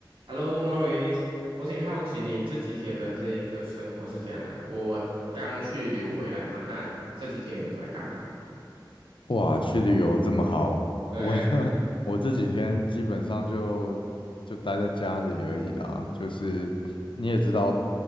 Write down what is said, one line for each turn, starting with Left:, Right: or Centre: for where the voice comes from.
Right: Hello, Maurice，我挺好奇你这几天的这一个生活是怎样的啊我我刚去旅游回来嘛，那这几天你都在干嘛？
Left: 哇，去旅游这么好，
Right: 对呀，
Left: 我 <laughs> 我这几天基本上就就待在家里而已啦。就是你也知道，